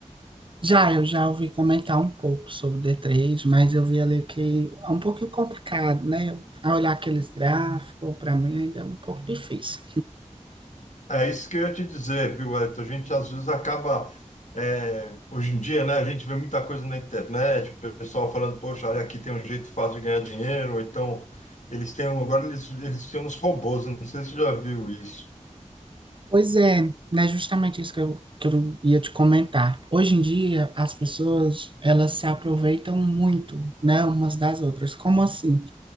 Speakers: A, on the right (about 40°); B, on the left (about 75°).
A: Já, eu já ouvi comentar um pouco sobre o d três, mas eu vi ali que é um pouquinho complicado, né? A olhar aqueles gráficos, para mim ainda é um pouco difícil.
B: É isso que eu ia te dizer, viu, Elton? A gente às vezes acaba, é, hoje em dia, né? A gente vê muita coisa na internet, o pessoal falando, poxa, olha, aqui tem um jeito fácil de ganhar dinheiro, ou então eles têm, um- agora eles, eles têm uns robôs, não sei se você já viu isso.
A: Pois é, né? Justamente isso que eu, que eu ia te comentar. Hoje em dia, as pessoas, elas se aproveitam muito, né? Umas das outras. Como assim?